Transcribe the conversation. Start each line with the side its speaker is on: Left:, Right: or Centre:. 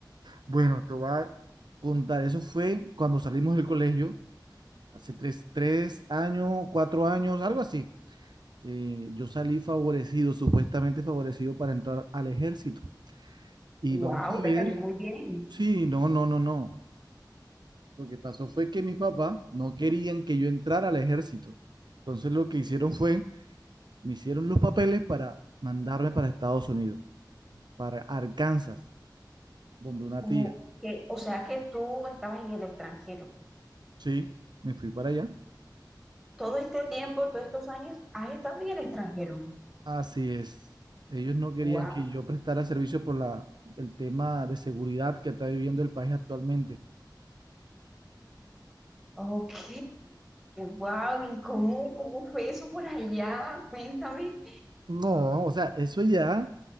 Right: Bueno, te voy a contar, eso fue cuando salimos del colegio, hace tres, tres años, cuatro años, algo así. Eh, yo salí favorecido, supuestamente favorecido para entrar al ejército. Y
Centre: ¡Wow!
Right: vamos a
Centre: Te
Right: ver.
Centre: cayó muy bien.
Right: Sí, no, no, no, no. Lo que pasó fue que mis papás no querían que yo entrara al ejército. Entonces lo que hicieron fue, me hicieron los papeles para mandarme para Estados Unidos, para Arkansas, donde una tía.
Centre: O, que, o sea que tú estabas en el extranjero.
Right: Sí, me fui para allá.
Centre: Todo este tiempo, todos estos años, has estado en el extranjero.
Right: Así es. Ellos no querían
Centre: ¡Wow!
Right: que yo prestara servicio por la, el tema de seguridad que está viviendo el país actualmente.
Centre: Ok, wow, ¿y cómo, cómo fue eso por allá? Cuéntame,
Right: No, o sea, eso ya,